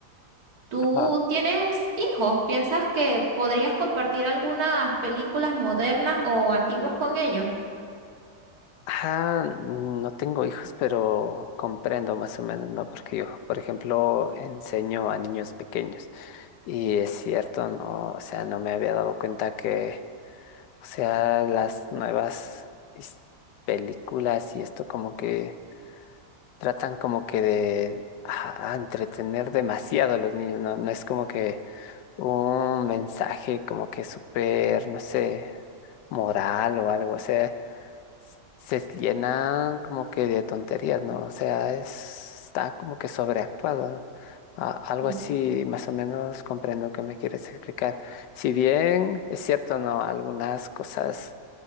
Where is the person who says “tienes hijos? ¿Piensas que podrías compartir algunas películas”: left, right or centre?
Right